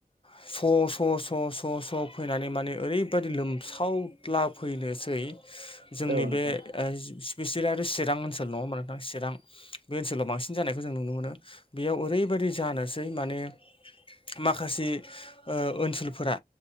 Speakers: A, on the left; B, on the right.
A: स' स' स' स' स' फैनानै माने ओरैबायदि लोमसावद्ला फैनोसै जोंनि
B: औ नोंथां औ नोंथां औ नोंथां
A: बे ओ स्पिसियेलि आरो चिरां ओनसोल नङा होनबा नोंथां? चिरां बे ओनसोलाव बांसिन जानायखौ जों नुनो मोनो बेयाव ओरैबायदि जानोसै माने माखासे ओ ओनसोलफोरा